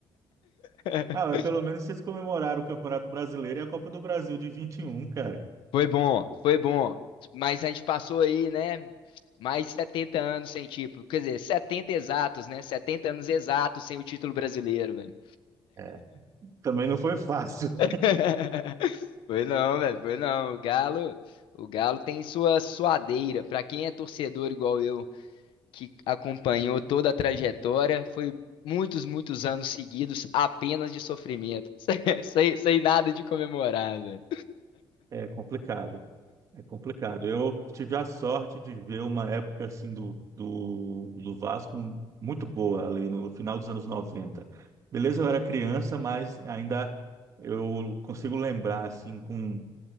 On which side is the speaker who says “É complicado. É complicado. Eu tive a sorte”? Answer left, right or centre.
Right